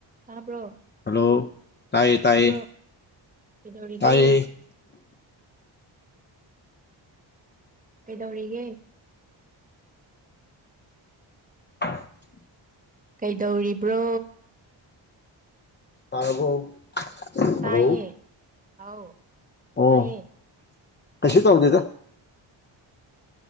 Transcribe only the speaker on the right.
ꯇꯄ
ꯇꯕ
ꯀꯗꯧꯔꯒꯦ
ꯀꯩꯗꯧꯔꯤꯒꯦ
ꯀꯩꯗꯧꯔꯤꯕ꯭ꯔꯣ
ꯇꯥꯏꯌꯦ ꯑꯥꯎ
ꯇꯥꯏꯌꯦ